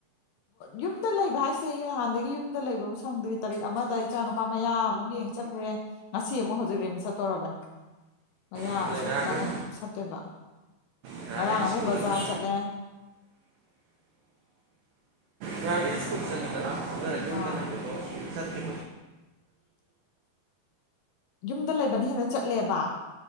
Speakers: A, on the left; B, on the right.
A: ꯌꯨꯝꯗ ꯂꯩꯕ ꯍꯥꯏꯁꯦ ꯑꯩ ꯅꯍꯥꯟꯗꯒꯤ ꯌꯨꯝꯗ ꯂꯩꯕꯕꯨ ꯁꯪꯗꯨꯒꯤ ꯇꯥꯔꯤꯛ ꯑꯃꯗ ꯏꯆꯥ ꯅꯨꯄꯥ ꯃꯌꯥꯝ ꯑꯃꯨꯛ ꯌꯦꯡꯉ ꯆꯠꯂꯨꯔꯦ ꯉꯁꯤ ꯑꯃꯨꯛ ꯍꯧꯖꯤꯛꯔꯤꯝ ꯆꯠꯇꯣꯔꯔꯕꯅꯤ ꯃꯌꯥ
B: ꯑꯗꯨꯅ
A: ꯁꯠꯄꯅ
B: ꯉꯔꯥꯡꯈꯩ
A: ꯁꯠꯇꯣꯏꯕ
B: ꯉꯔꯥꯡꯈꯩꯗꯤ
A: ꯉꯔ ꯑꯃꯨꯛ
B: ꯁ꯭ꯀꯨꯜ
A: ꯕꯖꯥ
B: ꯑꯗꯨꯝ
A: ꯆꯠꯂꯦ
B: ꯉ ꯀꯁꯨ ꯁꯀꯨꯜ ꯆꯠꯗꯔ ꯌꯗ
A: ꯑꯥ
B: ꯂꯩꯕꯗꯣ ꯁꯨ ꯆꯦ
A: ꯌꯨꯝꯗ ꯂꯩꯕꯅ ꯍꯦꯟꯅ ꯆꯠꯂꯦꯕ